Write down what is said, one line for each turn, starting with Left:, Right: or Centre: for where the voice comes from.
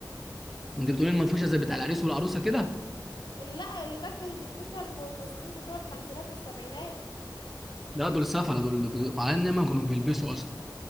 Centre: انت بتقول المنفوشه زي بتاع العريس والعروسه كده
Left: لا اللي كانت بتلبسها الممثلين بتوع الخمسينات والسبعينات
Centre: لا دول سفله دول ب- على ان ما كانوا بيلبسوا اصلا